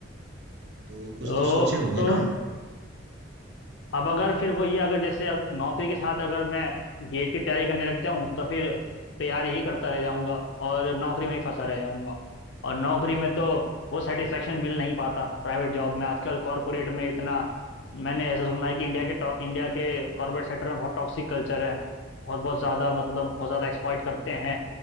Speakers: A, on the right; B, on the left.
A: तो कुछ
B: तो
A: तो सोचे होगे
B: तो
A: ना
B: अब अगर फिर वो ये अगर जैसे अग- नौकरी के साथ अगर मैं गेट की तैयारी करने लग जाऊं तो फिर तैयारी ही करता रह जाऊंगा और नौकरी में ही फंसा रह जाऊंगा और नौकरी में तो वो सेटिस्फेक्शन मिल नहीं पाता प्राइवेट जॉब में आजकल कॉरपोरेट में इतना मैंने ऐसा सुना है कि इंडिया के टॉ- इंडिया के कॉरपोरेट सेक्टर में बहुत टॉक्सिक कल्चर है बहुत बहुत ज़्यादा मतलब बहुत ज़्यादा एक्सप्लॉइट करते हैं